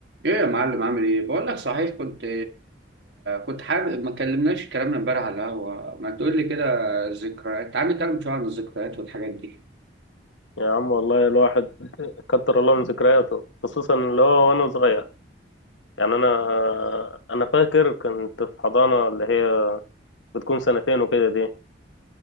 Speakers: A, on the right (about 70°); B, on the left (about 80°).
A: ايه يا معلم عامل ايه بقول لك صحيح كنت كنت حابب ما كلمناش كلامنا امبارح على القهوه ما تقول لي كده ذكريات تعال نتكلم شويه عن الذكريات والحاجات دي
B: يا عم والله الواحد كتر الله من ذكرياته خصوصا اللي هو وانا صغير يعني انا انا فاكر كنت في حضانه اللي هي بتكون سنتين وكده دي